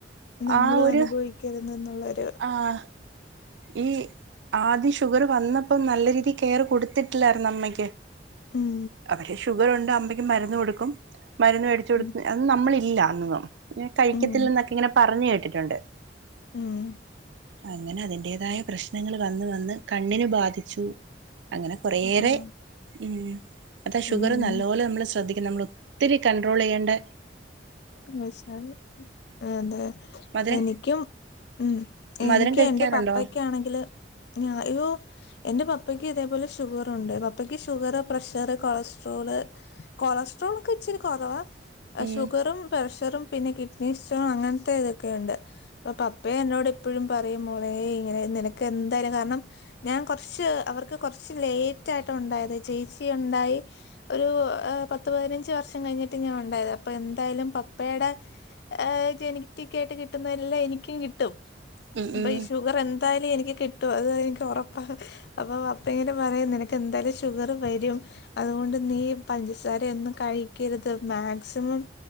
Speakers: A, on the left; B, on the right.
A: നമ്മളും
B: ആ ഒരു
A: അനുഭവിക്കരുത എന്നുള്ളൊരു
B: ആഹ് ഈ ആദ്യം ഷുഗർ വന്നപ്പോ നല്ല രീതിയിൽ കെയർ കൊടുത്തിട്ടില്ലായിരുന്നു അമ്മയ്ക്ക്
A: ഉം
B: അവര് ഷുഗറുണ്ട് അമ്മക് മരുന്ന് കൊടുക്കും മരുന്ന് വെ ടിച്ചു കൊടുത്ത്
A: ഉം
B: അ നമ്മള് ഇല്ല അന്നും കഴിക്കത്തില്ല
A: ഉം
B: എന്നൊക്കെ ഇങ്ങനെ പറഞ്ഞു കേട്ടിട്ടുണ്ട്
A: ഉം
B: അങ്ങനെ അതിന്റേതായ പ്രശ്നങ്ങൾ വന്ന് വന്ന് കണ്ണിനന് ബാധിച്ചു അങ്ങനെ കുറേയേറെ
A: ആഹാ
B: ഉംഅതെ ഷുഗർ
A: ഉം
B: നല്ലപോലെ നമ്മള് ശ്രദ്ധിക്ക നമ്മൾ ഒത്തിരി കണ്ടട്രോളിയേണ്ടെ
A: <unintelligible> അതെഎനിക്കും
B: മധുരം
A: ഉം
B: മധുരം
A: എനിക്ക്
B: കഴിക്കാറുണ്ടോ
A: എന്റെ പപ്പയക്കെ ആണെങ്കില് ഞോ യോഎന്റെ പപ്പയ്ക്ക് ഇതേപോലെ ഷുഗറുണ്ട് പപ്പയ്ക്ക് ഷുഗർ പ്രഷർ കൊളസ്ട്രോൾ കൊളസ്ട്രോൾ ഒക്കെ ഇച്ചിരി കൊറവാ
B: ഉം
A: ഷുഗറും പ്രഷറും പിന്നെ കിഡ്നി സ്റ്റോൺ അങ്ങനത്തെ ഇതൊക്കെയുണ്ട് അപ്പൊ പപ്പയ എന്നോട് എപ്പഴും പറയും മോളെ ഇങ്ങനെ നിനക്ക് എന്തായാലും കാരണം ഞാൻ കുറച്ച് അവർക്ക് കുറച്ച് ലേറ്റ് ആായിയിട്ട് ഉണ്ടായത് ചേച്ചി ഉണ്ടായി ഒരു പത്ത് പതിനഞ്ച് വർഷം കഴിഞ്ഞിട്ട് ഞാൻ ഉണ്ടായത് അപ്പൊ എന്തായാലും അപ്പയുടെ <unintelligible> ജനറ്റിക്ക് ആയിട്ട് കിട്ടുന്നഎല്ലാം എനിക്കും കിട്ടും
B: ഉം
A: അപ്പൊ
B: ഉം
A: ഈ ഷുഗർ എന്തായാലു എനി <unintelligible> കിട്ടും അത് എനിക്കുറപ്പാണ് അപ്പൊ പപ്പയും പറയും നിനക്കെന്തായാലും ഷുഗർ വരുംആ അൊണ്ട് നീ പഞ്ചസാരൊന്നും കഴിക്കരുത് മാക്സിമം